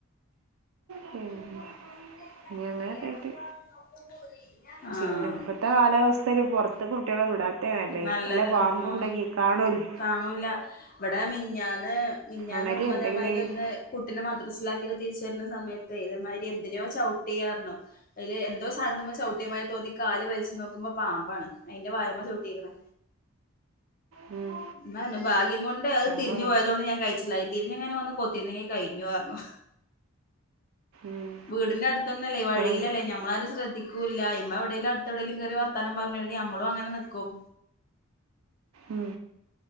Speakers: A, on the right; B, on the left.
A: പിന്നെ
B: <unintelligible>
A: ഇനി അങ്ങനെയൊക്കെ ആയിട്ട്
B: ആഹ്
A: പിന്നെ ഇപ്പോത്തെ കാലാവസ്ഥയിൽ പൊറത്ത് കുട്ടികളെ വിടാത്ത നല്ലേ
B: നല്ലത്
A: വല്ലാ പാമ്പണ്ടെങ്കിൽ
B: ആഹ്
A: കാണൂല്ല.
B: കാണൂല്ല ഇവിടെ മിഞ്ഞാന്ന് മിഞ്ഞാന്ന്മ്മതെ
A: അണലി എന്തെങ്കിലും
B: മാതിരി ഒന്ന് കുട്ടിനെ മദ്രസിലാക്കിയിട്ട് തിരിച്ച വരുന്ന സമയത്ത് ഇ തെ മാതിരി എന്തിനൊ ചൗട്ടി ർഞ്ഞു അയ്ല് എന്തോ സാധനത്തുമ്മൽചൗട്ടി മാരി തോന്നി കാല് വലിച്ചു നോക്കുമ്പോ പാമ്പാണ് അയിന്റെ വാല്മ്മച്ചവീട്ടികന്
A: ഉം
B: ഇമ്മറിഞ്ഞു ഭാകിം കൊണ്ട്
A: അതാണ്
B: തിരിഞ്ഞ് പോയതൊണ്ട് ഞാൻ കഴിച്ചില്ലായി തിരിഞ്ഞഞ് ങ്ങനെ വന്ന് കൊത്തിരുന്നെങ്കി കഴിഞ്ഞുറഞ്ഞു.
A: ഉം
B: വീടിന്റെ അടുത്തൊന്നല്ല വഴയിലല്ലേ
A: അതാണ്
B: ഞമ്മളാരും ശ്രേദ്ധിക്കുല്ലാ ഇമ്മ എവിടെേലും അടുത് കയറി വർ വർത്താനം പറഞ്ഞ കരുതി നമ്മളും അങ്ങനെ നിക്കും
A: ഉം